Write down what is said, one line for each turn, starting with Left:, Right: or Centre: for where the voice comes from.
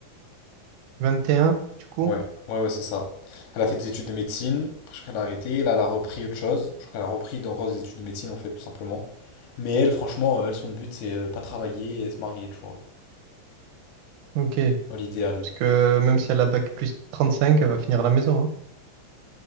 Right: 21, du coup?
Left: Ouais, ouais, ouais, c'est ça. Elle a fait des études de médecine, après, je crois qu'elle a arrêté, là, elle a repris autre chose. Je crois qu'elle a repris encore des études de médecine, en fait, tout simplement. Mais elle, franchement, euh, elle, son but, c'est euh, pas travailler et se marier, tu vois,
Right: Ok.
Left: dans l'idéal.
Right: Parce que même si elle a bac plus 35, elle va finir à la maison. hein.